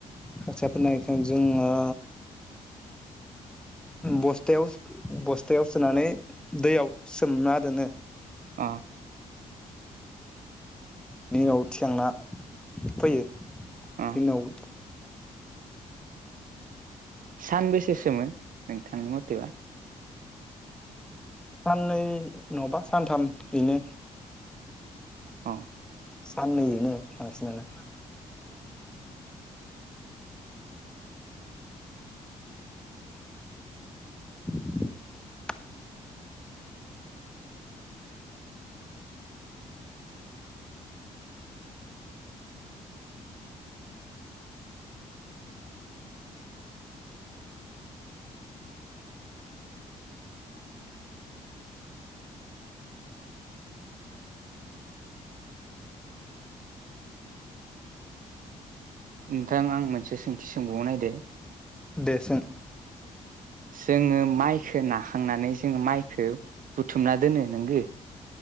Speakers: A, in the centre; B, on the right (about 60°).
A: खोथिया फोनायजों जोङो बस्थायाव बस्थायाव सोनानै दैयाव सोमना दोनो।
B: अ।
A: नि उनाव थिखांना फैयो।
B: अ
A: बिनाव
B: सानबेसे सोमो नोंथांनि मथेबा।
A: साननै नङाबा सानथाम बेनो।
B: औ।
A: साननैजों बांसिनानो। <inaudible>
B: नोंथां आं मोनसे सोंथि सोंबावाव नायदो।
A: दे सों।
B: जोङो माइखौ नाखांनानै जोङो माइखौ। बुथुमना दोनो नोंगो